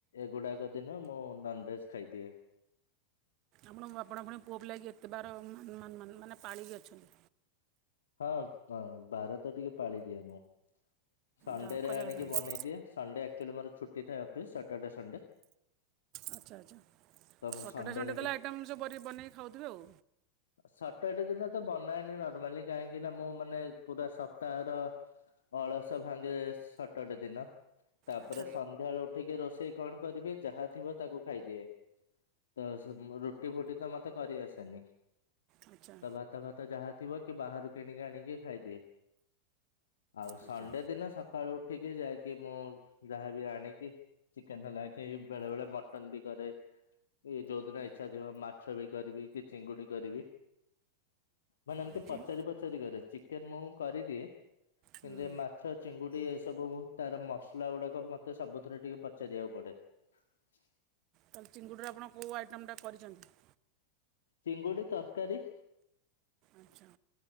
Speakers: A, on the left; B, on the right.
A: ଏଗୁଡାକ ଦିନ ମୁଁ ନନଭେଜ ଖାଇଦିଏ।
B: ଆପଣ ଆପଣ ପୁଣି ପୁଅ ହେଇକି ଏତେ ବାର ମାନ-ମା-ମା-ମା-ମାନେ ପାଳିକି ଅଛନ୍ତି।
A: ହଁ ବାର ତ ଟିକେ ପାଳିଦିଏ ମୁଁ ସଣ୍ଡେରେ
B: ଯାହା କରିବା
A: ଆଣିକି
B: କଥା ନୁହେଁ।
A: ବନେଇଦିଏ। ସଣ୍ଡେ ଆକ୍ଚୁଆଲି ମୋର ଛୁଟି ଥାଏ ଅଫିସ୍ ସାଟର୍ଡେ ସଣ୍ଡେ
B: ଆଚ୍ଛା ଆଚ୍ଛା
A: ତ ମୁଁ
B: <unintelligible>
A: ସଣ୍ଡେ ରେ ଟିକେ
B: ଆଇଟମ୍ଷ ସଵ୍ ର ବନେଇକି ଖାଉଥିବେ ଆଉ।
A: ସଟର ଡେ ଦିନ ତ ବନାଏନି ନର୍ମାଲି କାହିଁକିନା ମୁଁ ମାନେ ପୁରା ସପ୍ତାହର ଅଳସ ଭାଙ୍ଗେ ସଟର ଡେ ଦିନ ତାପରେ
B: ଆଚ୍ଛା
A: ସନ୍ଧ୍ୟାବେଳ କୁ ଉଠିକି ରୋଷେଇ କଣ କରିବି ଯାହା ଥିବ ତାକୁ ଖାଇଦିଏ। ତ ସୁ ରୁଟି ଫୁଟିତ ମତେ କରି ଆସେନି
B: ଆଚ୍ଛା
A: ତ ଭାତ ଫାତ ଯାହା ଥିବ କି ବାହାରୁ କିଣିକି ଆଣିକି ଖାଇଦିଏ। ଆଉ ସଣ୍ଡେ
B: ଆଚ୍ଛା ଆଚ୍ଛା
A: ଦିନ ସକାଳୁ ଉଠିକି ଯାଇକି ମୁଁ ଯାହାବି ଆଣିକି ଚିକେନ ତ ନାକି ଏଇ ବେଳେ ବେଳେ ମଟନ ବି କରେ। ଏଇ ଯୋଉଦିନ ଇଚ୍ଛା ଥିବ ମାଛ ବି କରିବି କି ଚିଙ୍ଗୁଡି କରିବି। ମାନେ ଏମତି
B: ଦେଖିନି
A: ପଚାରି ପଚାରି କରେ ଚିକେନ ମୁଁ କରିଦିଏ।
B: ହୁଁ
A: କିନ୍ତୁ ଏ ମାଛ ଚିଙ୍ଗୁଡି ଏସବୁ ତାର ମସଲା ଗୁଡାକ ମତେ ସବୁଥିରେ ଟିକେ ପଚାରିବାକୁ ପଡେ। <unintelligible>
B: ତାହେଲେ ଚିଙ୍ଗୁଡ଼ିରେ ଆପଣ କଉଁ ଆଇଟମ୍ ଟା କରିଛନ୍ତି?
A: ଚିଙ୍ଗୁଡି ତରକାରୀ।
B: ଆଚ୍ଛା